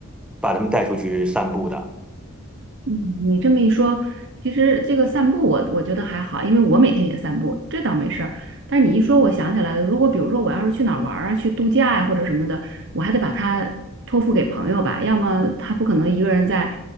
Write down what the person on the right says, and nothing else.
嗯，你这么一说，其实这个散步我我觉得还好，因为我每天也散步，这倒没事儿。但是你一说，我想起来了，如果比如说我要是去哪儿玩儿啊，去度假呀、或者什么的，我还得把它托付给朋友吧，要么他不可能一个人在